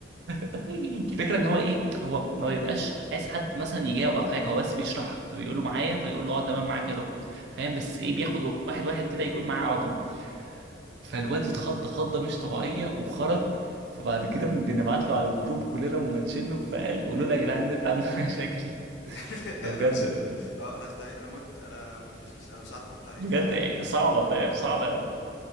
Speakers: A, on the right (about 65°); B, on the left (about 70°).
A: الفكره ان هو ايه هو ما بيبقاش عايز حد مثلا يجاوب او حاجه هو بس بيشرح فبيقول له معايا فيقول له اه تمام معاك يا دكتور فاهم بس ايه بياخد واحد واحد كده يكون معاه على طول فالواد اتخض خضه مش طبيعيه وخرج فبعد كده بن- بنبعت له على الجروب كلنا منشن له فقال قولوا له يا جدعان النت عنده <laughs> مشاكل
B: <laughs>
A: فبجد
B: انا مش اه انا اختفي انا مت انا مفيش انا مش عارف ارد عليك
A: بجد
B: اي حاجه
A: صعبه فاهم صعبه قوي